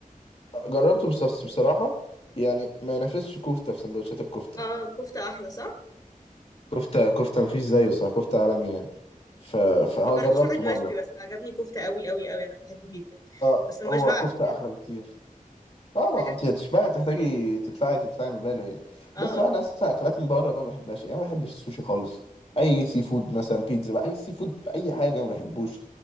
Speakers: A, on the left; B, on the left.
A: جربته بس بس بصراحة يعني ما ينافسش كفتة في سندوتشات الكفتة
B: اه كفته احلى صح
A: كفتة كفتة مفيش زيه صح كفتة عالمي يعني ف... فهو
B: ما جربتش
A: جربته
B: واحد مشوي
A: مرة
B: بس عجبني كفتة قوي قوي قوي انا بحبه جدا
A: اه
B: بس ما
A: هو
B: بشبعش
A: كفتة
B: يعني
A: أحلى بكتير اه
B: محتاجة
A: ما انت
B: اكل
A: هتشبعي تحتاجي تدفعي تدفعي مبالغ يعني
B: اه
A: بس بقى انا اصلا اكلات من بره ما بحبهاش يعني أنا ما بحبش السوشي خالص اي سي فود مثلا بيتزا بقى اي سي فود في اي حاجه ما بحبوش